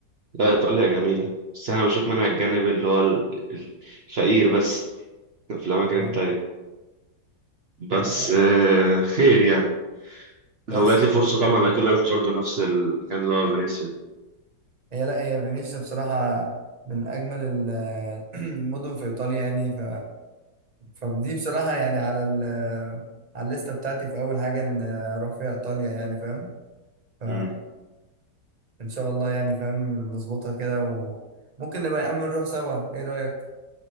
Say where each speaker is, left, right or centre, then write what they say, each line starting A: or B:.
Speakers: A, on the right; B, on the right.
A: لا ايطاليا جميلة بس احنا بنشوف منها الجانب اللي هو ال- ال- الفقير بس في الاماكن التانية
B: آه.
A: بس
B: آه، لا.
A: <laughs> آه خير يعني
B: بس
A: لو جات لي فرصة طبعا اكيد اروح برضه نفس المكان اللي هو فينيسيا
B: هي لا هي فينيسيا بصراحة من أجمل ال- <clears throat> المدن في إيطاليا يعني ف... فدي بصراحة يعني على ال... على الليستة بتاعتي في أول حاجة إن أروح فيها إيطاليا يعني فاهم ف
A: امم
B: إن شاء الله يعني فاهم نظبطها كده وممكن نبقى يا عم نروح سوا إيه رأيك؟